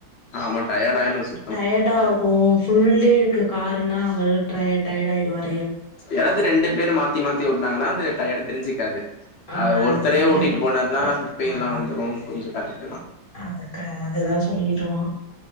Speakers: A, on the left (about 85°); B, on the left (about 30°).
A: ஆமா டயார்ட் ஆயிடும் ஸி
B: டயர்டா ஆகும் ஃபுல் டே இருக்கு காருன்னா அவுரு டயர்ட் ஆயிடுவார்
A: யாராது ரெண்டு பேரு மாத்தி மாத்தி ஓட்டுனாங்கன்னா அது டையட் தெரிஞ்சுக்காது
B: ஆ
A: அ
B: அது
A: ஒருத்தரே
B: தெரியாது
A: ஓட்டிட்டு போனாருனா ஹிப் பெயின்லாம்
B: ஆ
A: வந்துரும் கொஞ்சம் கரெக்ட்
B: அதுக்கு அது தான் சொல்லிட்டு இருக்கோம்